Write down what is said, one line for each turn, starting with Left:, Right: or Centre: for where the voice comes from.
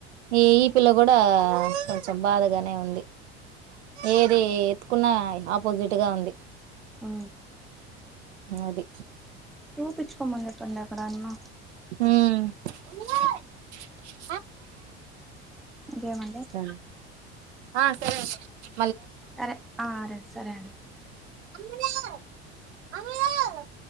Right: ఈ ఈ పిల్ల కూడా కొంచెం బాధగానే ఉంది ఏది ఎత్తుకున్న ఆపోజిట్గా ఉంది
Centre: ఊ
Right: అది
Centre: చూపించుకోమని చెప్పండి ఎక్కడన్నా
Right: ఊ
Centre: ఇంకేమండి
Right: సరే ఆ సరే అ
Centre: సరే ఆ అరే సరే అండి
Right: అమ్ములు ఆ అమ్ములు